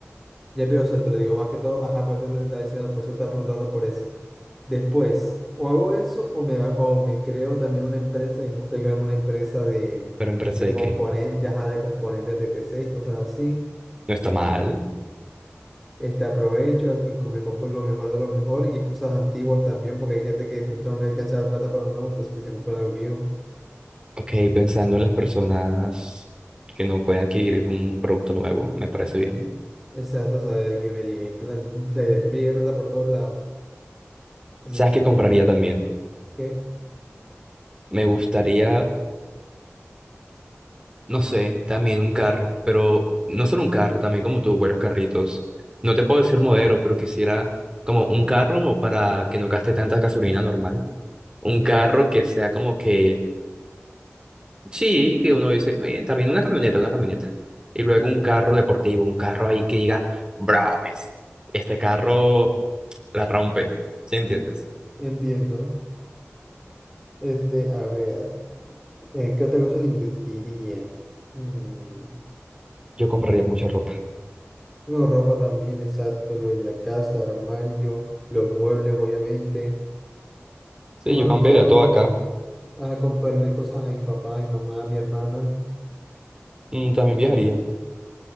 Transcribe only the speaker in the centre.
ya veo, o sea, te lo digo más que todo, ajá, por eso me te estaba diciendo, por eso te estaba preguntando por eso. Después, o hago eso o me, o me creo también una empresa y me gusta crearme una empresa de,
de
componentes,
ajá, de componentes de PC y cosas así.
Este, aprovecho y co- me compro lo mejor de lo mejor y cosas antiguas también, porque hay gente que de pronto no le alcanza la plata para uno nuevo, entonces que se compra algo viejo.
Exacto, o sea, de que me llegue, pla- <laughs> la idea es que me llegue plata por todos lados en
un futuro.
¿Qué?
Ok,
entiendo. Este, a ver, eh, ¿qué otra cosa le invertiría? Mm.
Bueno, ropa también, exacto, lo en la casa, armario, los muebles, obviamente.
¿Qué más?
O sea,
o comp-
a comprarle cosas a mi papá, a mi mamá, a mi hermana.